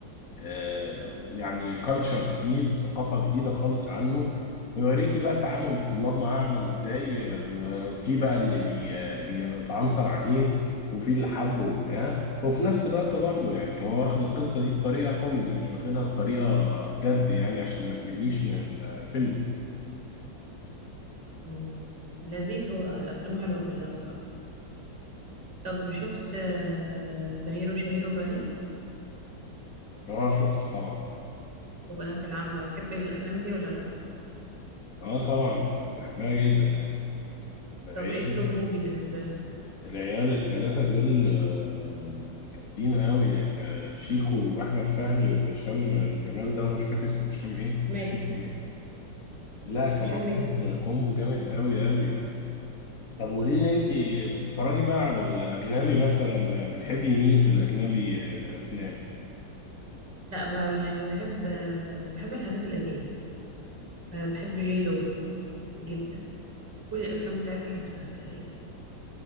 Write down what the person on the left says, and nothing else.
آه، يعني كالتشر جديد ثقافة جديده خالص عنه ويوريكي بقى تعامل الطلاب معاه عامل ازاي آه، وفي بقى اللي بي آه، بيتعنصر عليه وفي اللي حبه وبتاع وفي نفس الوقت برضه يعني هو واخد القصة دي بطريقة كوميدي مش واخدها بطريقة جد يعني عشان ما تمليش من الفيلم
اه شفته طبعا
اه طبعا آه، بحبها جدا يعني
العيال التلاتة دول آه، جامدين قوي س- شيكو وأحمد فهمي وهشام الجمال ده أنا مش فاكر اسمه هشام إيه
هشام جامد لا كانوا
عاملين كومبو جامد قوي قوي يعني طب قولي لي أنت بتتفرجي بقى على الأجنبي مثلا بتحبي مين في الأجنبي آه، أفلام؟